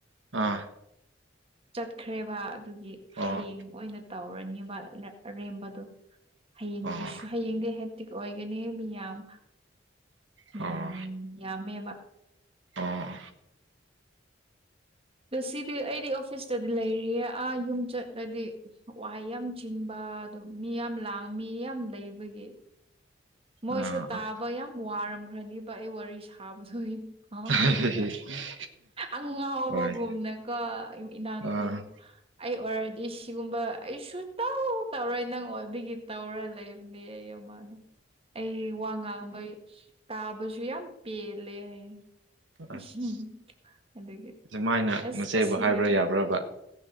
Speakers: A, on the right; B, on the right.
A: ꯑꯥ
B: ꯆꯠꯈ꯭ꯔꯦꯕ ꯑꯗꯨꯒꯤ
A: ꯑꯣ
B: ꯍꯌꯦꯡ ꯑꯣꯏꯅ ꯇꯧꯔꯅꯦꯕ ꯑꯔꯦꯝꯕꯗꯣ ꯍꯌꯦꯡꯒꯤꯁꯨ
A: ꯑꯣ
B: ꯍꯌꯦꯡꯗꯤ ꯍꯦꯛꯇꯤꯛ ꯑꯣꯏꯒꯅꯤ ꯃꯤꯌꯥꯝ ꯃꯤꯌꯥꯝ
A: ꯑꯣ
B: ꯌꯥꯝꯃꯦꯕ
A: ꯑꯣ
B: ꯉꯁꯤꯗꯤ ꯑꯩꯗꯤ ꯑꯣꯐꯤꯁꯇꯗꯤ ꯂꯩꯔꯤꯌꯦ ꯑꯥ ꯌꯨꯝ ꯆꯠꯂꯗꯤ ꯋꯥꯍꯩ ꯌꯥꯝ ꯆꯤꯟꯕ ꯑꯗꯨ ꯃꯤ ꯌꯥꯝ ꯂꯥꯡ ꯃꯤ ꯌꯥꯝ ꯂꯩꯕꯒꯤ ꯃꯣꯏꯁꯨ
A: ꯑꯥ
B: ꯇꯥꯕ ꯌꯥꯝ ꯋꯥꯔꯝꯈ꯭ꯔꯅꯦꯕ ꯑꯩ ꯋꯥꯔꯤ ꯁꯥꯕꯗꯣ ꯏꯃꯥꯈꯣꯏꯅ
A: <inaudible>
B: ꯑꯉꯥꯎꯕꯒꯨꯝꯅꯀꯣ
A: ꯍꯣꯏ
B: ꯏꯅꯥꯎꯅꯨꯄꯤꯅ
A: ꯑꯥ
B: ꯑꯩ ꯑꯣꯏꯔꯗꯤ ꯁꯤꯒꯨꯝꯕ ꯑꯩꯁꯨ ꯇꯧ ꯇꯧꯔꯣꯏ ꯅꯪ ꯑꯣꯏꯕꯒꯤ ꯇꯧꯔ ꯂꯩꯕ <unintelligible> ꯑꯩ ꯋꯥ ꯉꯥꯡꯕ ꯇꯥꯕꯁꯨ ꯌꯥꯝ ꯄꯦꯜꯂꯦ ꯍꯥꯏꯌꯦ
A: ꯑꯁ
B: <unintelligible> ꯑꯗꯒꯤ
A: ꯑꯁꯨꯃꯥꯏꯅ
B: ꯑꯁ
A: ꯃꯆꯦꯕꯨ
B: ꯑꯁꯤꯗꯒꯤ
A: ꯍꯥꯏꯕ꯭ꯔꯥ ꯌꯥꯕ꯭ꯔꯕ